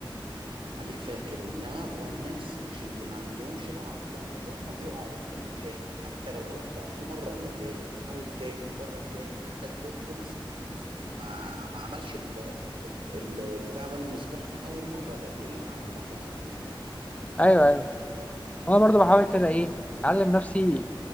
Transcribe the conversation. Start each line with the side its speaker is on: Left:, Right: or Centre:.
Right: خليك فاكر ان اقوى الناس مش اللي ما عندهمش ضعف لا اللي هم بيقعوا وبيقوموا تاني حتى لو وقعت ألف مرة قوم تاني وحاول تاني وجرب تاني عندك دو توماس إديسون ما ما عملش ال- ال- البتاع ده المصباح من أول مرة ده بيقول لك عمله بعد ألف مرة
Left: ايوه ايوه انا برضه بحاول كده ايه اعلم نفسي